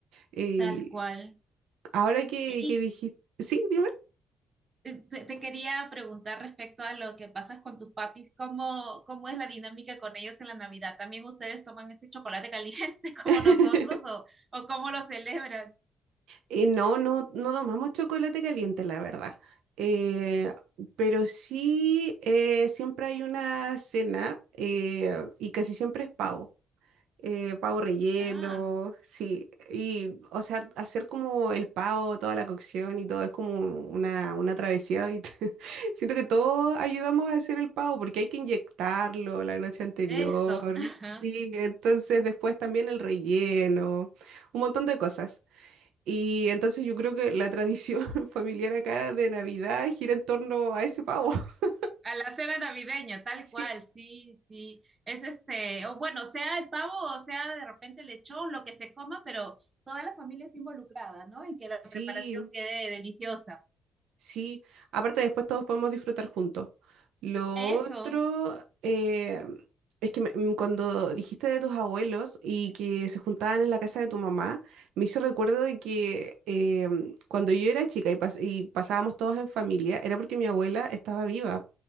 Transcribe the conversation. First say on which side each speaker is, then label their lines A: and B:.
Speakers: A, on the right; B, on the right.
A: Eh,
B: Tal cual.
A: ahora que,
B: Y,
A: que dijiste... Sí, dime.
B: eh, Te, te quería preguntar respecto a lo que pasas con tus papis, ¿cómo, cómo es la dinámica con ellos en la Navidad? ¿También ustedes toman este chocolate caliente <laughs> como
A: <laughs>
B: nosotros o, o cómo lo celebran?
A: Eh, no, no, no tomamos chocolate caliente, la verdad. Eh, pero sí, eh, siempre hay una cena eh, y casi siempre es pavo. Eh, pavo relleno,
B: Ah,
A: sí. Y, o sea, hacer como el pavo, toda la cocción y todo es como una, una travesía. Y <laughs> siento que todos ayudamos a hacer el pavo porque hay que inyectarlo la noche anterior.
B: eso. ajá.
A: Sí, entonces después también el relleno, un montón de cosas. Y entonces yo creo que la tradición <laughs> familiar acá de Navidad gira en torno a ese pavo. <laughs>
B: A la cena navideña, tal
A: Sí.
B: cual, sí, sí. Es este, o bueno, sea el pavo o sea de repente el lechón, lo que se coma, pero toda la familia está involucrada, ¿no? En que la
A: Sí,
B: preparación quede deliciosa.
A: sí. Aparte después todos podemos disfrutar juntos. Lo
B: Eso.
A: otro eh, es que me- mm, cuando dijiste de tus abuelos y que se juntaban en la casa de tu mamá, me hizo recuerdo de que eh, mm, cuando yo era chica y, pas- y pasábamos todos en familia, era porque mi abuela estaba viva.